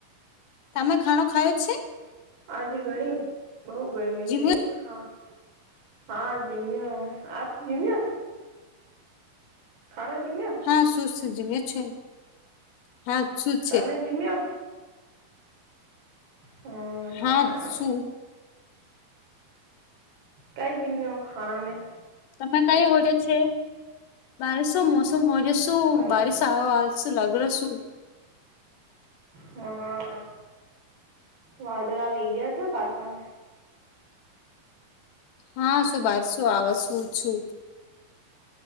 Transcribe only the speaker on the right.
આજે ઘણી બઉ ગરમી
છે. હા હા જીમ્યો આપ જીમ્યો? હાળો જીમ્યો
તમે જીમ્યો હ અચ્છા
કાઈ જીમ્યો ખાણા મેં?
બસ
હા. વાદળ આવી ગયા હતા પાછા